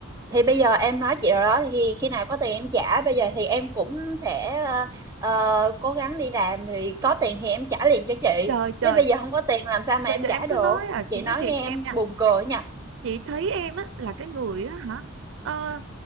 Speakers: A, on the right (about 15°); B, on the right (about 60°).
A: thì bây giờ em nói chị rồi đó thì khi nào có tiền em trả bây giờ thì em cũng sẽ ờ, ờ, cố gắng đi làm thì có tiền thì em trả liền cho chị
B: trời trời
A: chứ bây giờ không có tiền làm sao mà
B: trời
A: em
B: trời
A: trả
B: em
A: được
B: cứ nói à chị
A: chị nói
B: nói thiệt
A: nghe
B: em
A: em
B: nha
A: buồn cười nhỉ
B: chị thấy em á là cái người á hả Ờ,